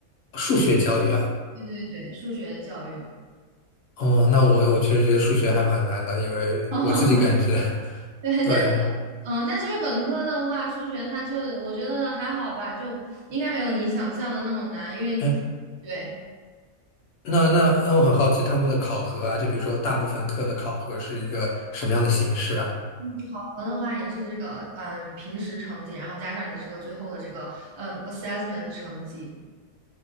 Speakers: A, on the left; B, on the right.
A: 数学教育啊？
B: 对对对，数学教育，
A: 哦，那我我确实觉得数学还蛮难的，因为我自己感觉
B: <laughs>
A: <laughs>
B: 对，
A: 对。
B: 但是，嗯，但是因为本科的话，数学它就我觉得还好吧，就应该没有你想象的那么难，因为，
A: 哎，
B: 对，
A: 那那那我很好奇他们的考核啊，就比如说大部分课的考核是一个什么样的形式啊？
B: 嗯，考核的话也是这个，嗯，平时成绩，然后加上你这个最后的这个，嗯，assessment 的成绩。